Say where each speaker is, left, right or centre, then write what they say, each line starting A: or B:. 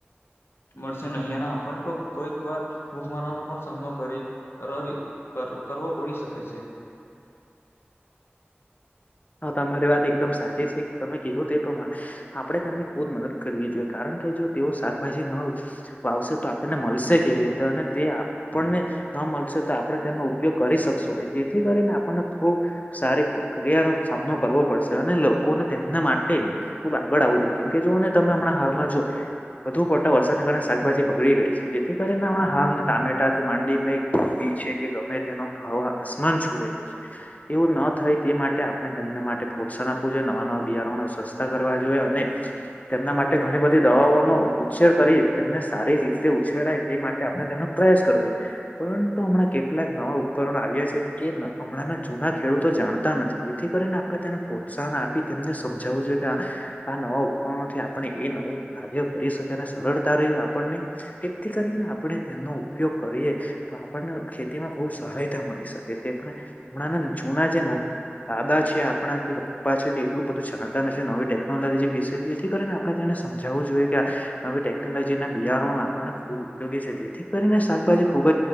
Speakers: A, on the left (about 65°); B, on the left (about 40°).
A: મળશે નહીં અને આપને પણ કોઈક વાર ભૂખમારાનો પણ સામનો કરી કરવી કરવો પડી શકે છે.
B: હા તમારી વાત એકદમ સાચી છે. તમે કીધો તે પ્રમાણે આપણે તેમને ખુદ મદદ કરવી જોઈએ કારણ કે જો તેઓ શાકભાજી ન વાવશે તો આપણને મળશે કેવી રીતે અને તે આપણને ન મળશે તો, આપણે તેનો ઉપયોગ કરી શક શુ જેથી કરીને આપણને ખુબ સારી પ્રક્રિયા નું સામનો કરવો પડશે અને લોકોને તેમને માટે ખુબ આગળ આવવું જોઈએ કેમ કે જોઓને તમે હમણાં હાલમાં જો વધુ પડતા વરસાદને કારણે શાકભાજી બગડી ગઈ છે જેથી કરીને હમણા હાલના ટામેટા થી માંડીને ઈ છે કે ગમે તેનો ભાવ આસમાન છૂ રહ્યો છે એવું ના થાય તે માટે તેમને માટે પ્રોત્સાહન આપવું જોઈએ નવા નવા બિયારણો સસ્તા કરવા જોઈએ અને તેમના માટે ઘણી બધી દવાઓનો ઉછેર કરી તેમને સારી રીતે ઉછેરાાય તે માટે આપણે તેનો પ્રયાસ કરવો જોઈએ. પરંતુ હમણાં કેટલાક નવા ઉપકરણો આવ્યા છે તે હમણાંના જૂના ખેડૂતો જાણતા નથી. જેથી કરીને આપણે તેને પ્રોત્સાહન આપી તેમને સમજાવવું જોઈએ કે આ નવા ઉપકરણોથી આપણે એ નવું કાર્ય કરી શકે અને સરળતા રહી આપણને જેથી કરીને આપડે તેમનો ઉપયોગ કરીએ. તો આપણને ખેતીમાં ખૂબ સહાયતા મળી શકે છે પણ હમણાં જૂના છે ના દાદા છે આપણા કે પપ્પા છે તે એટલું બધું જાણતા નથી નવી ટેકનોલોજી વિશે જેથી કરીને આપણે તેને સમજાવવુ જોઈએ કે નવી ટેકનોલોજી ના બિયારણો આપણને ખૂબ ઉપયોગી છે જેથી કરીને શાકભાજી ખુબ